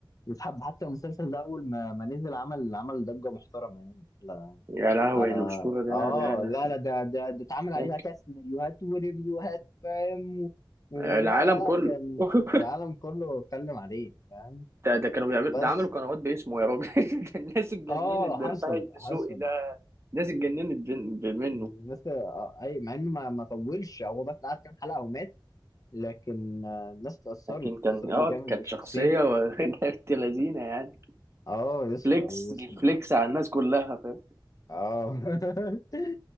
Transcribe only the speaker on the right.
يا لهوي
الاسطوره ده
لا لا
ممكن
العالم
كله
<laughs>
ده, ده كانوا بيعملوا
ده عملوا قنوات باسمه يا راجل <laughs> الناس اتجننت
برفاعي
الدسوقي
ده الناس اتجننت بن- منه
لكن كان
اه
كانت
شخصيه و- <laughs> كانت لذينه يعني
فليكس
فليكس على الناس كلها فاهم